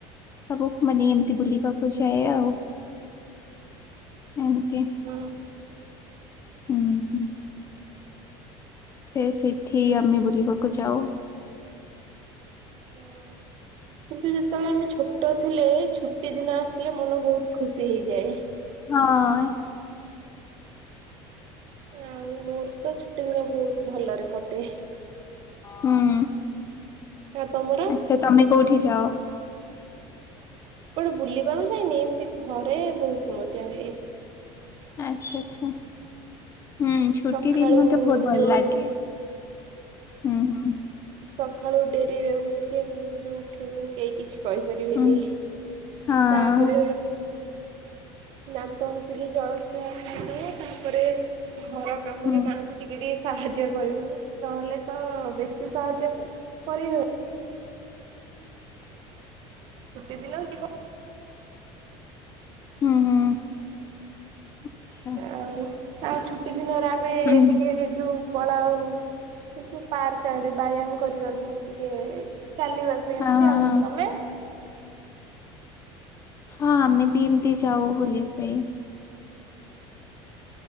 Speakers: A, on the left (about 20°); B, on the right (about 45°).
A: ସବୁ ମାନେ ଏମିତି ବୁଲିବାକୁ ଯାଏ ଆଉ। ନା ଏମିତି।
B: ହଁ
A: ହୁଁ ହୁଁ। ଫେର ସେଠି ଆମେ ବୁଲିବାକୁ ଯାଉ। <inaudible>
B: ହଁ। କିନ୍ତୁ ଯେତେବେଳେ ଆମେ ଛୋଟ ଥିଲେ ଛୁଟି ଦିନ ଆସିଲେ ମନ ବହୁତ ଖୁସି ହେଇଯାଏ।
A: ହଁ।
B: ଆଉ ମୋର ତ ଛୁଟି ଦିନ ବହୁତ ଭଲରେ କଟେ।
A: ହୁଁ।
B: ଆ ତମର?
A: ଆଚ୍ଛା ତମେ କୋଉଠି ଯାଅ?
B: କୁଆଡେ ବୁଲିବାକୁ ଯାଇନି ଏମିତି ଘରେ ବହୁତ ମଜା ହୁଏ।
A: ଆଚ୍ଛା ଆଚ୍ଛା। ହୁଁ ଛୁଟି
B: ସକାଳୁ
A: ଦିନ ତେ ବହୁତ ଭଲ
B: ଯୋଉ
A: ଲାଗେ ହୁଁ ହୁଁ।
B: ସକାଳୁ ଡେରିରେ ଉଠିଆକୁ ଯଉ ଉଠିବୁ କେହି କିଛି କହିପାରିବିନି।
A: ହୁଁ ହଁ
B: ତାପରେ ଦାନ୍ତ ହସିକି ଜଳଖିଆ ଖାଇଦବ ତାପରେ ଘର କାମରେ
A: ହୁଁ
B: ମାଆଙ୍କୁ ଟିକେ ଟିକେ ସାହାଯ୍ୟ କରିବୁ ନହେଲେ ତ ବେଶୀ ସାହାଯ୍ୟ କ କରିିହ ଛୁଟି ଦିନ କି କ
A: ହୁଁ ହୁଁ ଆଚ୍ଛା
B: ଆଉ ଆଉ ଛୁଟି ଦିନରେ ଆମେ
A: ହୁଁ
B: ଟିକେ ହେଇ ଯଉ ପଳାଉ ଏ ସବୁ ପାର୍କ ଆଡେ ବ୍ୟାୟାମ କରିବାକୁ ଟିକେ ଚାଲିବାକୁ
A: ହଁ
B: ଏମିତି
A: ହଁ
B: ଆଉ ତମେ?
A: ହଁ ଆମେ ବି ଏମତି ଯାଉ ବୁଲିବା ପାଇଁ।